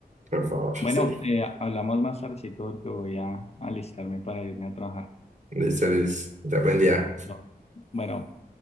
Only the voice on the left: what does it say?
Bueno,
eh, hablamos más tardecito porque voy a alistarme para irme a trabajar.
No. Bueno.